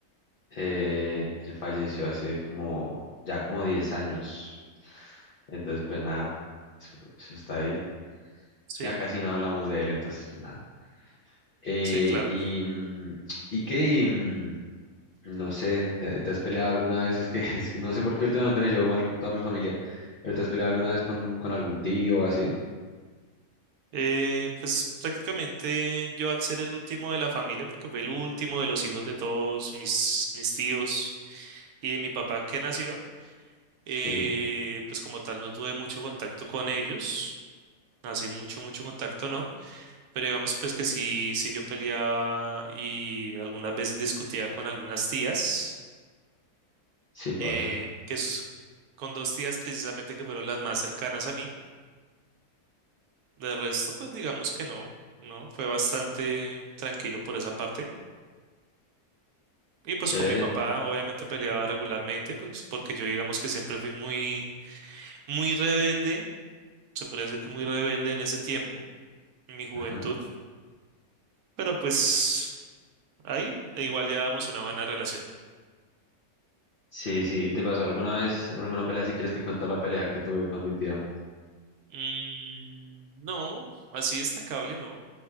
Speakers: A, on the left (about 55°); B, on the right (about 75°).
A: eh, él falleció hace como, ya como 10 años. Entonces, pues nada, eso, eso está ahí.
B: Sí,
A: Ya casi no hablamos de él, entonces, pues nada. Eh,
B: sí, claro.
A: y, mm, y que, mm, no sé, ¿te, te has peleado alguna vez? Es que, <laughs> es que no sé por qué últimamente me llevo mal con toda mi familia, pero ¿te has peleado alguna vez con, con algún tío o así?
B: Eh, pues prácticamente yo al ser el último de la familia, porque fue el último de los hijos de todos mis, mis tíos y de mi papá que nació, eh,
A: Sí,
B: pues como tal no tuve mucho contacto con ellos. Así mucho, mucho contacto, ¿no? Pero digamos pues que sí, sí yo peleaba y algunas veces discutía con algunas tías.
A: sí pasa.
B: eh, que es con dos tías precisamente que fueron las más cercanas a mí. De resto, pues digamos que no, ¿no? Fue bastante tranquilo por esa parte. Y pues
A: Chévere.
B: con mi papá obviamente peleaba regularmente, pues porque yo digamos que siempre fui muy, muy rebelde, se podría decir que muy rebelde en ese tiempo, en mi juventud,
A: Ajá.
B: pero pues ahí e igual llevábamos una buena relación.
A: Sí, sí. ¿Y te pasó alguna vez alguna pelea? Si quieres te cuento la pelea que tuve con mi tía.
B: Mm, no, así destacable, no,